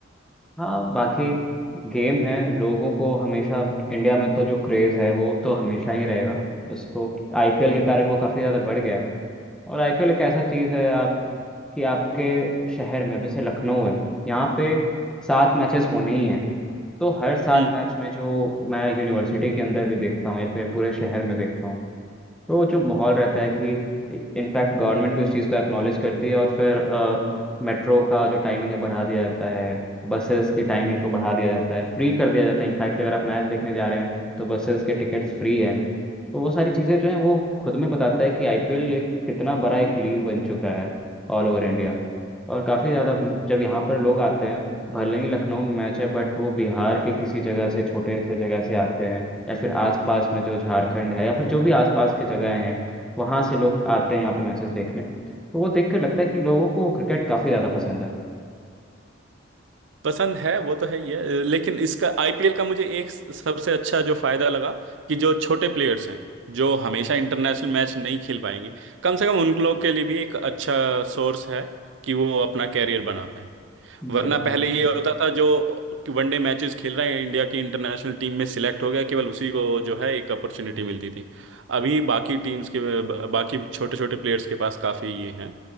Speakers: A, in the centre; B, on the right.
A: हाँ बाकी गेम है लोगों को हमेशा इंडिया में तो जो क्रेज़ है वो तो हमेशा ही रहेगा उसको आईपीएल के कारण वो काफ़ी ज़्यादा बढ़ गया है और आईपीएल एक ऐसा चीज़ है आप कि आपके शहर में जैसे लखनऊ है यहाँ पे सात मैचेस होने ही हैं तो हर सात
B: हम्म।
A: मैच में जो मैं यूनिवर्सिटी के अंदर भी देखता हूँ या फिर पूरे शहर में देखता हूँ तो जो माहौल रहता है कि इनफैक्ट गवर्नमेंट भी उस चीज़ को एक्नॉलेज करती है और फिर मेट्रो का जो टाइमिंग है बढ़ा दिया जाता है बसेस की टाइमिंग को बढ़ा दिया जाता है फ्री कर दिया जाता है इनफैक्ट कि अगर आप मैच देखने जा रहे हैं तो बसेस के टिकट्स फ्री हैं तो वो सारी चीज़ें जो हैं वो खुद में बताता है कि आईपीएल एक कितना बड़ा एक लीग बन चुका है ऑल ओवर इंडिया और काफ़ी ज़्यादा जब यहाँ पर लोग आते हैं भले ही लखनऊ में मैच है बट वो बिहार के किसी जगह से छोटे से जगह से आते हैं या फिर आसपास में जो झारखंड है या फिर जो भी आसपास के जगह हैं वहाँ से लोग आते हैं यहाँ पे मैचेस देखने तो वो देखकर लगता है कि लोगों को क्रिकेट काफ़ी ज़्यादा पसंद है
B: पसंद है वो तो है ही है लेकिन इसका आईपीएल का मुझे एक सबसे अच्छा जो फायदा लगा कि जो छोटे प्लेयर्स हैं जो हमेशा इंटरनेशनल मैच नहीं खेल पाएंगे कम से कम उन लोग के लिए भी एक अच्छा सोर्स है कि वो अपना कैरियर बना पाए वरना
A: बिल्कुल
B: पहले ये होता था जो वनडे मैचेस खेल रहे हैं इंडिया की इंटरनेशनल टीम में सिलेक्ट हो गया केवल उसी को जो है एक अपॉर्चुनिटी मिलती थी अभी बाकी टीम्स के बाकी छोटे छोटे प्लेयर्स के पास काफी ये हैं